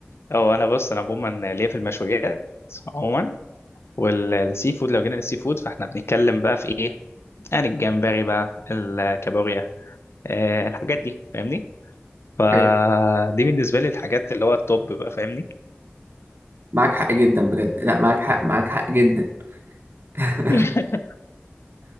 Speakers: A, on the left; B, on the right.
A: هو انا بص انا عموما ليا في المشويات عموما والسي فود لو جينا للسي فود فاحنا بنتكلم بقى في ايه يعني الجمبري بقى الكابوريا آه، الحاجات دي فاهمني فدي
B: إيه،
A: بالنسبه لي الحاجات اللي هو التوب بقى فاهمني
B: معاك حق جدا بجد لا معاك حق معاك حق جدا <laughs>
A: <laughs>